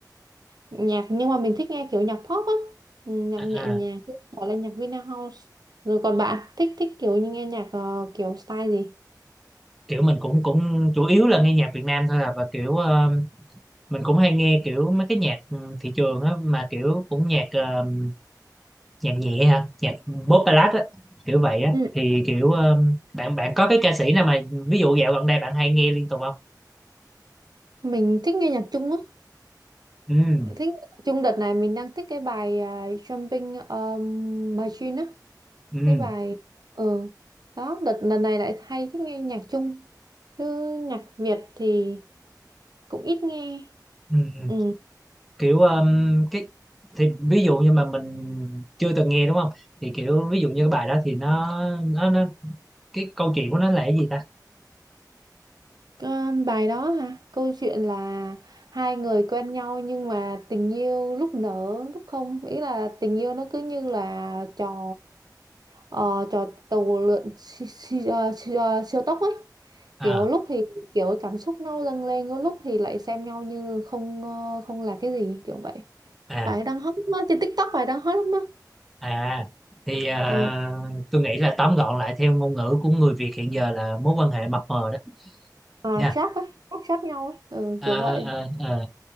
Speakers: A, on the right; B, in the centre.
A: nhạc nhưng mà mình thích nghe kiểu nhạc pop á Ừm, nhạc
B: à,
A: nhẹ nhàng
B: à,
A: gọi là nhạc Vina House rồi còn bạn thích thích kiểu như nghe nhạc ờ, kiểu style gì
B: kiểu mình cũng cũng chủ yếu là nghe nhạc Việt Nam thôi à và kiểu um, mình cũng hay nghe kiểu mấy cái nhạc um, thị trường á mà kiểu cũng nhạc um, nhạc nhẹ ha, nhạc pop ballad á, kiểu vậy á
A: Ừ.
B: thì kiểu um, bạn bạn có cái ca sĩ nào mà ví dụ dạo gần đây bạn hay nghe liên tục không?
A: mình thích nghe nhạc Trung á
B: Ừ,
A: thích nhạc Trung đợt này mình đang thích cái bài ờ, Jumping um, Machine á
B: ừ,
A: cái bài ừ đó đợt lần này lại hay thích nghe nhạc Trung chứ nhạc Việt thì cũng ít nghe
B: ừ, ừ.
A: ừ
B: kiểu um, cái thì ví dụ như mà mình chưa từng nghe đúng không thì kiểu ví dụ như cái bài đó thì nó nó, nó cái câu chuyện của nó là cái gì ta
A: Có bài đó hả? Câu chuyện là hai người quen nhau nhưng mà tình yêu lúc nở lúc không, ý là tình yêu nó cứ như là trò ờ, trò tàu lượn siêu, siêu, siêu, siêu tốc ấy.
B: à
A: Kiểu lúc thì kiểu cảm xúc nó dâng lên, có lúc thì lại xem nhau như không ờ, không là cái gì kiểu vậy.
B: à
A: Bài đang hot lắm á, trên TikTok bài đang hot lắm á.
B: à thì à,
A: Ờ,
B: tôi nghĩ là tóm gọn lại theo ngôn ngữ của người Việt hiện giờ là mối quan hệ mập mờ đó
A: à,
B: nha
A: sáp ấy, sáp nhau ấy, ừ,
B: à,
A: kiểu vậy.
B: à, à,